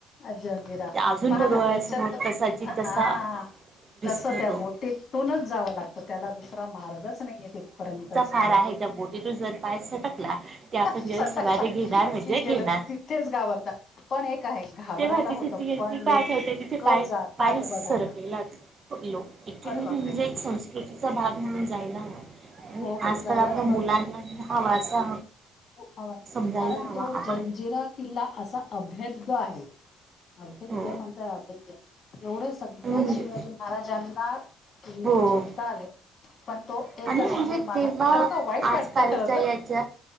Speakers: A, on the left; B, on the right.
A: आजी अंजिरा
B: अजून
A: पहा
B: तो डोळ्यासमोर
A: ना त्याच्यात
B: तसाची
A: हां.
B: तसा दिसतो
A: कसं त्या
B: तो
A: बोटीतूनच जावं लागतं त्याला दुसरा मार्गच नाहीये तिथपर्यंत जायला.
B: फार आहे त्या बोटी तून जर पाय सटकला कि आपण
A: सटकला
B: जल समाधी घेणार म्हणजे
A: की
B: घेणार.
A: गेलं तिथेच घाबरता पण एक आहे घाबरायला
B: तेव्हा तिथे
A: होतं
B: ती
A: पण
B: ती का
A: लोक
B: ठेवते तिथे पाय
A: जातात
B: पाय
A: बघायला.
B: सरकलेला लोक क्च्युली
A: अरे बापरे!
B: म्हणजे एक संस्कृतीचा भाग म्हणून जायला हव‌. अणि
A: हो हो
B: आजकाल
A: जायलाच
B: आपल्या
A: बघतात
B: मुलांना हा वारसा
A: <unintelligible> हवा
B: समजायला
A: कारण
B: हवा
A: तो
B: आपण
A: जंजिरा किल्ला असा अभेद्य आहे. अभेद्य
B: हो
A: म्हणता अभेद्य एवढं सगळे
B: म्हणजे
A: शिवाजी महाराजांना किल्ले
B: हो
A: जिंकता आले. पण तो एकच
B: आणि
A: म्हणजे, मला
B: तेव्हा
A: खरच वाईट वाटतं
B: आजकालच्या
A: खर तर.
B: याच्या